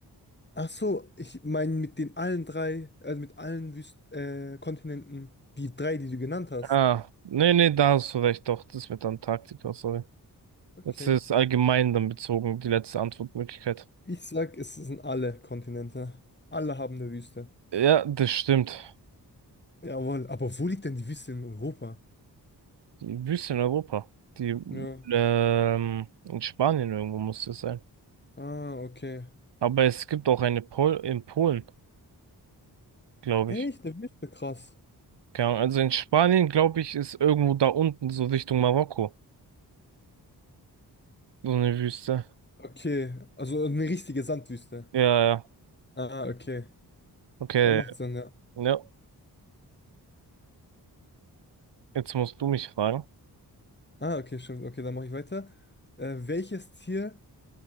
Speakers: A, on the left; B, on the right.
A: Ach so, ich meine mit den allen drei, also mit allen Wüsten, äh, Kontinenten, die drei, die du genannt hast.
B: Ah, nee, nee, da hast du recht, doch, das mit Antarktika, sorry.
A: Okay.
B: jetzt ist allgemein dann bezogen, die letzte Antwortmöglichkeit.
A: Ich sag, es sind alle Kontinente. Alle haben eine Wüste.
B: Ja, das stimmt.
A: Jawohl, aber wo liegt denn die Wüste in Europa?
B: Die Wüste in Europa, die
A: Ja.
B: ähm, in Spanien irgendwo muss das sein.
A: Ah, okay.
B: Aber es gibt auch eine Pol in Polen, glaube
A: Echt,
B: ich.
A: eine Wüste, krass.
B: Keine Ahnung, also in Spanien, glaube ich, ist irgendwo da unten, so Richtung Marokko, so eine Wüste.
A: Okay, also eine richtige Sandwüste.
B: Ja, ja,
A: Ah, okay.
B: okay,
A: Dann macht Sinn, ja.
B: ja, jetzt musst du mich fragen.
A: Ah, okay, stimmt. Okay, dann mache ich weiter. Äh, welches Tier